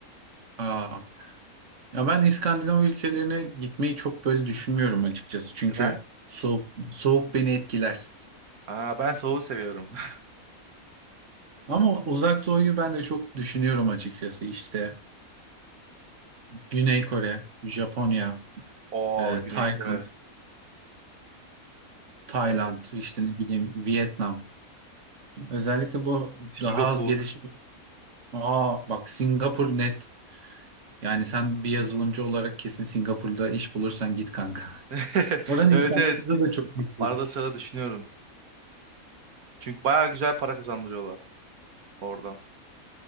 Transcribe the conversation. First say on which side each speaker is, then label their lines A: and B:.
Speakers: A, on the right; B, on the right.
A: Aa, ya ben İskandinav ülkelerine gitmeyi çok böyle düşünmüyorum açıkçası. Çünkü
B: Neden?
A: soğuk, soğuk beni etkiler.
B: Aa, ben soğuğu seviyorum. <laughs>
A: Ama Uzak Doğu'yu ben de çok düşünüyorum açıkçası. İşte Güney Kore, Japonya,
B: Oo,
A: e,
B: Güney
A: Tayland,
B: Kore.
A: Tayland,
B: Evet.
A: işte ne bileyim Vietnam. Özellikle bu
B: Singapur.
A: daha az gelişmiş. Aa bak Singapur net. Yani sen bir yazılımcı olarak kesin Singapur'da iş bulursan git kanka.
B: <laughs>
A: <laughs> Oranın
B: Evet
A: internet
B: evet.
A: hızı
B: Bir-
A: da çok yüksek.
B: Arada sırada düşünüyorum. Çünkü bayağı güzel para kazandırıyorlar orada.